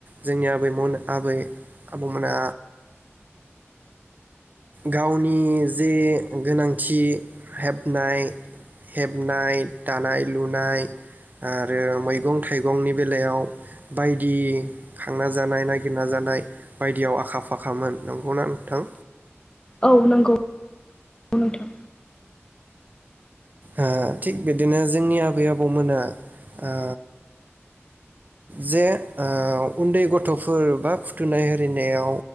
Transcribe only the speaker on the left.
औ नंगौ नोंथां